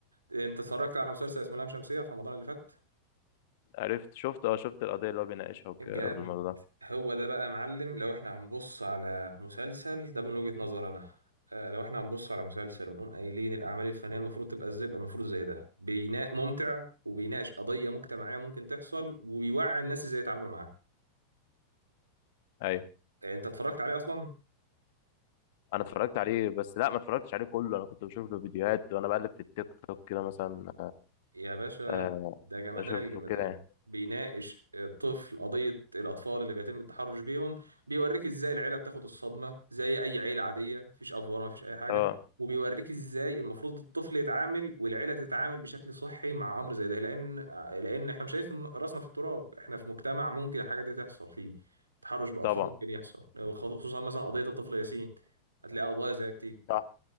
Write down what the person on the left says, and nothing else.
عرفت شفت اه شفت القضية اللي هو بيناقشها وك-
والموضوع ده
ايوه
انا اتفرجت عليه بس لا ما اتفرجتش عليه كله انا كنت بشوف له فيديوهات وانا بقلب في التيك توك كده مثلا
آه،
اشوف
له كده يعني
اه
طبعا
صح